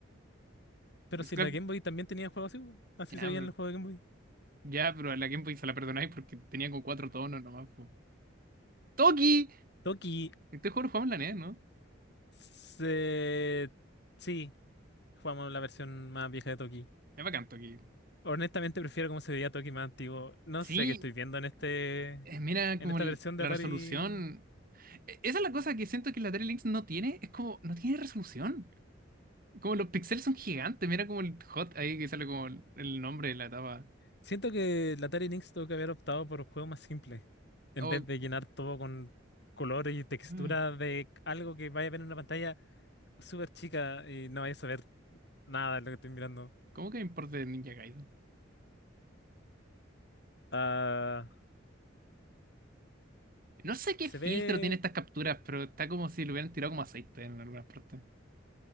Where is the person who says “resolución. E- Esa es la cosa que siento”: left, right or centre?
Right